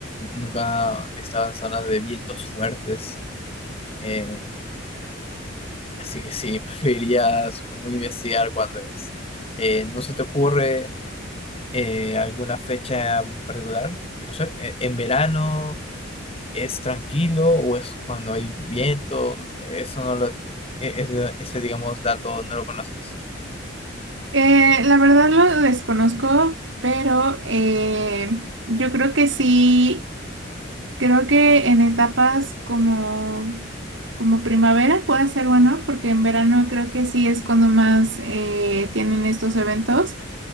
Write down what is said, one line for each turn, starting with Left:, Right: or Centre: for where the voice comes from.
Left: nunca he estado en zonas de vientos fuertes. eh, así que sí, <laughs> preferiría, supongo, investigar cuándo es. Eh, ¿no se te ocurre eh, alguna fecha en particular? No sé, eh, en verano ¿Es tranquilo o es cuando hay viento? Eso no lo, e- ese, ese, digamos, dato no lo conoces.
Right: Eh, la verdad lo desconozco, pero eh, yo creo que sí, creo que en etapas como, como primavera puede ser bueno, porque en verano creo que sí es cuando más eh, tienen estos eventos,